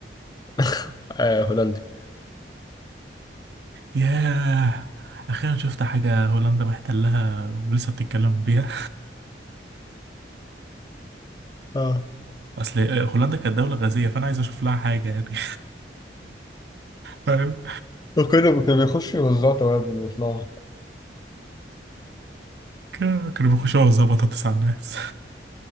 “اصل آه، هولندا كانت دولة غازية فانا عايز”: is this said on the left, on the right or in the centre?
Right